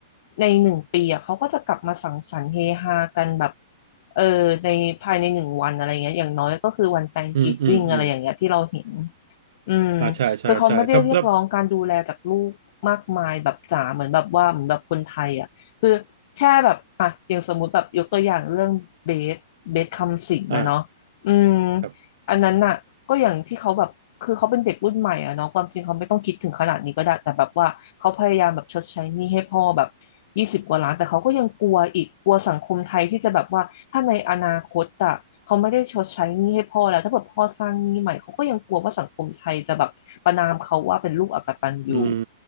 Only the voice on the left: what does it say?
ในหนึ่งปีอ่ะเขาก็จะกลับมาสังสรรค์เฮฮากันแบบเออในภายในหนึ่งวันอะไรเงี้ยอย่างน้อยก็คือวัน Thanksgiving
อะไรอย่างเงี้ยที่เราเห็น อืม
คือเขาไม่ได้เรียกร้องการดูแลจากลูกมากมายแบบจ๋าเหมือนแบบว่าเหมือนแบบคนไทยอ่ะคือแค่แบบอ่ะอย่างสมมุติแบบยกตัวอย่างเรื่องเบสเบสคำสิงห์อะเนาะอืม
อันนั้นน่ะ ก็อย่างที่เขาแบบคือเขาเป็นเด็กรุ่นใหม่อะเนาะความจริงเขาไม่ต้องคิดถึงขนาดนี้ก็ได้แต่แบบว่าเขาพยายามแบบชดใช้หนี้ให้พ่อแบบยี่สิบกว่าล้านแต่เขาก็ยังกลัวอีกกลัวสังคมไทยที่จะแบบว่าถ้าในอนาคตอะเขาไม่ได้ชดใช้หนี้ให้พ่อแล้วถ้าแบบพ่อสร้างหนี้ใหม่เขาก็ยังกลัวว่าสังคมไทยจะแบบประณามเขาว่าเป็นลูกอกตัญญู